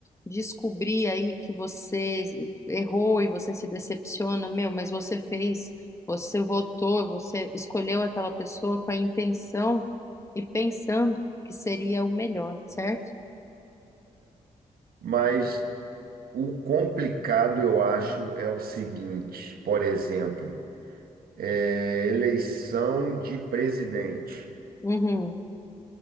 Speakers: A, on the left; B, on the right.
A: descobrir aí que você errou e você se decepciona, meu, mas você fez, você votou, você escolheu aquela pessoa com a intenção e pensando que seria o melhor, certo?
B: Mas o complicado, eu acho, é o seguinte, por exemplo, é, eleição de presidente.
A: Uhum,